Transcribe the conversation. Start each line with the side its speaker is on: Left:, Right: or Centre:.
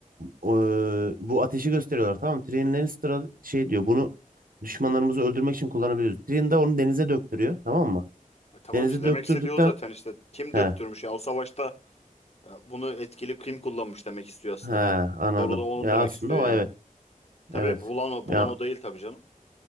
Right: "O, e, bu ateşi gösteriyorlar tamam mı? Tyrion Lannister'a şey diyor. Bunu düşmanlarımızı öldürmek için kullanabiliriz. Tyrion da onu denize döktürüyor tamam mı?
Left: E tamam
Right: Denize
Left: işte demek
Right: döktürdükten
Left: istediği o zaten işte kim
Right: he
Left: döktürmüş ya o savaşta ya bunu etkili kim kullanmış demek istiyor aslında
Right: he
Left: ben
Right: anladım.
Left: Soru da onun
Right: Ya
Left: demek
Right: aslında
Left: istiyor
Right: o
Left: yani.
Right: evet.
Left: Tabii
Right: Evet.
Left: bulan o,
Right: Ya
Left: bulan o değil tabii canım.